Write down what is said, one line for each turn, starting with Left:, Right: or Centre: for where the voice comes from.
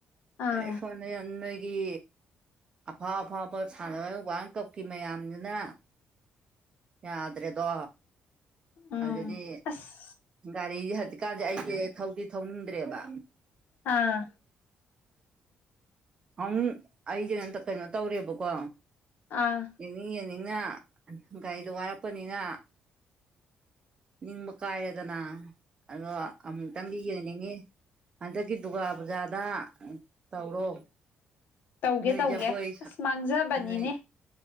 Left: ꯑꯥ
Right: ꯑꯦ ꯐꯣꯟꯅꯦ ꯑꯟꯅ ꯒꯤ ꯑꯐꯥꯎ ꯑꯐꯥꯎꯕ ꯁꯥꯟꯅꯔꯣꯏ ꯋꯥꯔꯜ ꯀꯞꯀꯤ ꯃꯌꯥꯝꯗꯨꯅ ꯌꯥꯗ꯭ꯔꯦꯗꯣ
Left: ꯎꯝ
Right: ꯑꯗꯨꯗꯤ
Left: ꯑꯁ
Right: ꯒꯥꯔꯤ ꯍꯧꯖꯤꯀꯥꯟꯗꯦ ꯑꯩꯁꯦ ꯊꯧꯗꯤ ꯊꯧꯅꯤꯡꯗ꯭ꯔꯦꯕ
Left: ꯑꯥ
Right: ꯑꯃ ꯑꯩꯁꯦ ꯍꯟꯇ ꯀꯩꯅꯣ ꯇꯧꯔꯦꯕꯀꯣ
Left: ꯑꯥ
Right: ꯌꯦꯡꯅꯤꯡ ꯌꯦꯡꯅꯤꯡꯅ ꯒꯥꯔꯤꯗꯣ ꯋꯥꯔꯛꯄꯅꯤꯅ ꯅꯤꯡꯝꯕ ꯀꯥꯥꯏꯦꯗꯅꯥ ꯑꯗꯣ ꯑꯃꯨꯛꯇꯪꯗꯤ ꯌꯦꯡꯅꯤꯡꯉꯤ ꯍꯟꯗꯛꯀꯤ ꯗꯨꯔꯒꯥ ꯄꯨꯖꯥꯗ ꯇꯧꯔꯣ
Left: ꯇꯧꯒꯦ
Right: ꯅꯣꯏꯖꯕꯣꯏ
Left: ꯇꯧꯒꯦ ꯑꯁ ꯃꯥꯡꯖꯕꯅꯤꯅꯦ
Right: ꯅꯣꯏ